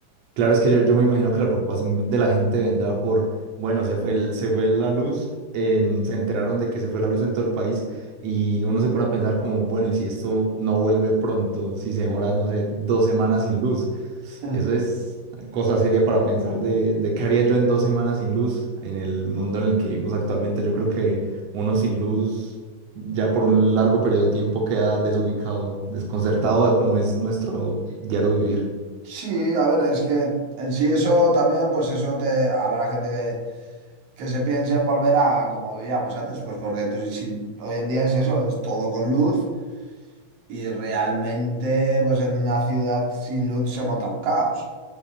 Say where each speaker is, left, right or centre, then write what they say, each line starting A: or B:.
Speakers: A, on the right; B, on the right.
A: Claro, es que yo, yo me imagino que la preocupación de la gente vendrá por, bueno, se fue el, se fue la luz, en- se enteraron de que se fue la luz en todo el país y uno se pone a pensar como, bueno, ¿y si esto no vuelve pronto? Si se demora, no sé, dos semanas sin luz.
B: <laughs>
A: Eso es cosa seria para pensar de, de qué haría yo en dos semanas sin luz en el mundo en el que vivimos actualmente. Yo creo que uno sin luz ya por un largo periodo de tiempo queda desubicado, desconcertado de cómo es nuestro diario vivir.
B: Sí, a ver, es que en sí eso también, pues eso te habrá gente que, que se piense en volver a como vivíamos antes, pues porque tú, si, hoy en día es eso, es todo con luz y realmente pues en una ciudad sin luz se monta un caos.